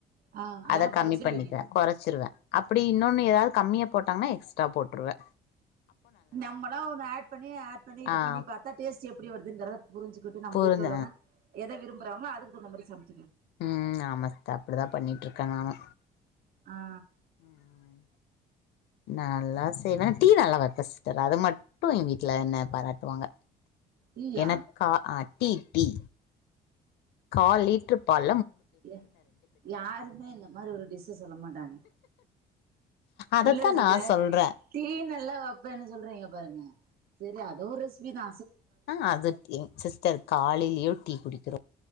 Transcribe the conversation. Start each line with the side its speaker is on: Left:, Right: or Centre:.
Right: ஆ அதெல்லா
Left: அத கம்மி
Right: கொறச்சிருவீங்க
Left: பண்ணிக்குவே கொறச்சுருவே அப்டி இன்னொன்னு ஏதாவது கம்மியா போட்டாங்கன்னா எக்ஸ்ட்ரா போட்ருவே
Right: நம்மளா ஒன்னு ஆட் பண்ணி ஆட் பண்ணி இது
Left: ஆ
Right: பண்ணி பாத்தா டேஸ்ட் எப். ப்டி வருதுங்கறத. புருஞ்சுக்கிட்டு நம்ம
Left: புரிஞ்ச
Right: வீட்ல உள்ளவங்க எதவிரும்பு. றாங்களோ அதுக்கு தகுந்த மாதிரி சம.
Left: உம் ஆமா சிஸ்டர் அப்டிதா பண்ணிட்டு இருக்கே நானு
Right: ஆ.
Left: உம். நல்லா செய்வே டீ நல்லா வப். கஸ்டர் அத மட்டு எங்க வீட்ல என்ன பாராட்டுவாங்க.
Right: டீயா
Left: எனக்கா ஆ டீ டீ. கால லீட்ற்று பால்.
Right: இல்ல யாருமே இந்த மாரி ஒரு டிஸ்ஸ சொல்லமாட்டாங்க.
Left: அதத்தா
Right: இல்ல சிஸ்த
Left: நா சொல்றே
Right: டீ நல்லா வெப்பேன்னு சொல்றீங்க. பாருங்க சேரி அதோ ஓர் ரெசிபிதா.
Left: ஆ அது டீ சிஸ்டர் காலிலியோ டீ குடிக்கிறோ.